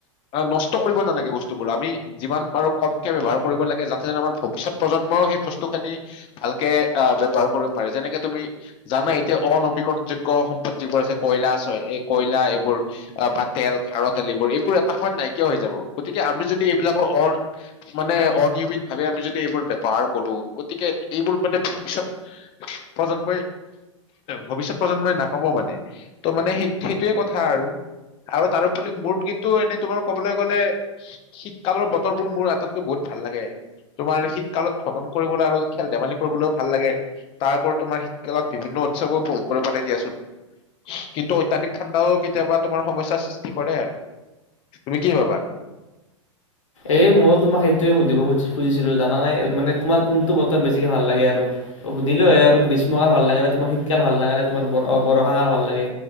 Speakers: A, on the left; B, on the left.
A: নষ্ট কৰিব নালাগে বস্তুবোৰ, আমি যিমান বাৰু কমকে ব ব্যৱহাৰ কৰিব লাগে যাতে আমাৰ ভৱিষ্যত প্ৰজন্মইও সেই বস্তু খিনি ভালকে আহ ব্য্ৱহাৰ কৰিব পাৰে, যেনেকে তুমি জানা এতিয়া অনবীকৰণ যোগ্য়, সম্পদ যিবোৰ আছে কয়লা এই, কয়লা এইবোৰ, বা তেল খাৰ, তেল এইবোৰ, এইবোৰ এটা সময়ত নাইকিয়া হৈ যাব, গতিকে আমি যদি এইবিলাক মানে অনিয়মিত ভাৱে আমি যদি এইবোৰ ব্ৱহাৰ কৰো, গতিকে এইবোৰ মানে ভৱিষয়ত প্ৰজন্মই ভৱিষয়ত প্ৰজন্মই নাপাব মানে, ত' মানে সেই সেইটোয়ে কথা আৰু, আৰু তাৰপৰি মোৰ কিন্তু এনেই তোমাৰ কবলৈ গ'লে শীতকালৰ বতৰবোৰ মোৰ আটতকৈ বহুত ভাল লাগে, তোমাৰ শীতকালত ভ্ৰমণ কৰিবলৈ আৰু খেল ধেমালি কৰিবলৈও ভাল লাগে, তাৰপৰি তোমাৰ শীতকালত বিভিন্ন উৎসৱো উপভোগ কৰিব পাৰে দিয়াচোন, কিন্তু অত্যাধিক ঠাণ্ডাও কেতিয়াবা তোমাৰ সমস্যাৰ সৃষ্টি কৰে আৰু। তুমি কি ভাবা?
B: এই ময়ো তোমাক সেইটয়ে সুধিব সুজিছিলো জানা নে, মানে তোমাৰ কোনটো বতৰ বেছিকে ভাল লাগে আৰু, সুধিলো হয় আৰু, গ্ৰীষ্মকাল ভাল লাগে নে, তোমাৰ শীতকাল ভাল লাগে নে, তোমাৰ বৰষাকাল ভাল লাগে।